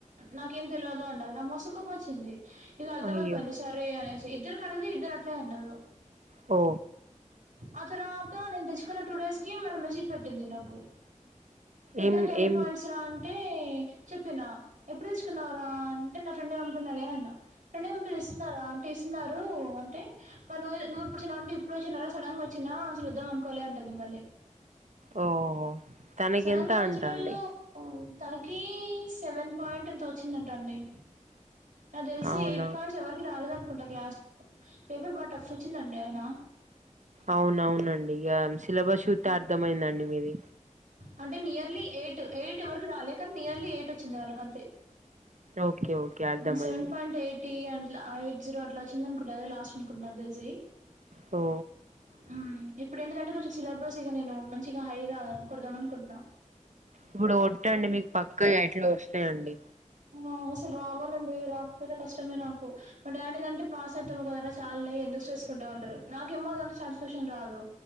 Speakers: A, on the right; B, on the right.
A: నాకేం తెలియ అన్నారు నాకు మస్తు కోపం వచ్చింది ఇది అర్థమయిపోయింది
B: అయ్యో
A: సరే అనేసి ఇద్దరు కడిగతే ఇద్దరు అట్లే అన్నారు
B: ఓ
A: ఆ తర్వాత నేను తెచ్చుకున్న టూ డేస్ కి మళ్ళీ మెసేజ్ పెట్టింది నాకు పెట్టాక
B: ఏం
A: ఎన్ని
B: ఏం
A: పాయింట్స్ రా అంటే చెప్పినా ఎప్పుడు తెచ్చుకున్నావు రా అంటే నా ఫ్రెండ్ ఏ పంపినలే అన్న ఫ్రెండ్ ఏ పంపనిస్తున్నారా అంటే ఇస్తున్నారు అంటే ఆ నువ్వు ఇప్పుడు వచ్చినవ అంటే ఇప్పుడు అచ్చినా రా సడన్గా వచ్చినా అసలు వద్దాం అనుకోలే అంటుంది మళ్ళీ
B: ఓహో తనకెంత
A: సడన్ గా వచ్చేటోళ్ళు
B: అంట అండి
A: హు తనకి సెవెన్ పాయింట్ ఎంతో వచ్చిందంట అండి నాకు తెలిసి
B: అవునా
A: ఎయిట్ పాయింట్స్ ఎవరికి రాలేదు అనుకుంటా క్లాస్ లో పేపర్ బాగా టఫ్ వచ్చిందండి అయినా
B: అవునవునండి ఇగ సిలబస్ చూతే అర్థమయిందండి మీది
A: అంటే నియర్లీ ఎయిట్ ఎయిట్ ఎవరకి రాలే కానీ నియర్లీ ఎయిట్ వచ్చింది వాళ్ళకంతే
B: ఓకే ఓకే అర్థమైంది
A: హు సెవెన్ పాయింట్ ఎయిట్ టీ అట్లా ఎయిట్ జీరో అట్లా వచ్చింది అనుకుంట అది లాస్ట్ అనుకుంటున్నా నాకు తెలిసి
B: హో
A: హు ఇప్పుడు ఎంటిదంటే కొంచెం సిలబస్ ఇగ నేను మంచిగా హైగా కోడదాం అనుకుంటున్నా
B: ఇప్పుడు కోట్టండి మీకు పక్కగా ఎయిట్లు వస్తాయండి
A: ఆ అసలు రావాలనీ లే రాకపోతే కష్టమే నాకు మా డాడిది అంటే పాస్ అవుతవు కదా చాల్లే ఎందుకు చేసుకుంటవు అంటరు నాకేమో అంటే సాటిస్ఫాక్షన్ రాదు